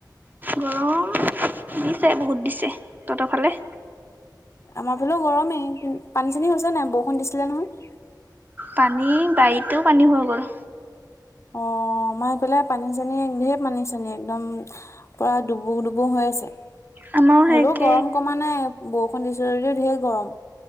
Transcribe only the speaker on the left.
আমাৰ ফালেও গৰমেই, কিন পানী চানী হৈছে নাই বউষণ দিছিলে নহয়?
অ আমাৰ এইফেলাই পানী চানী ঢেৰ পানী চানী একদম পুৰা ডুবু ডুবু হৈ হৈছে,
হ'লেও
গৰম কমা নাই, বষণ দিচে যদিও ঢেৰ গৰম।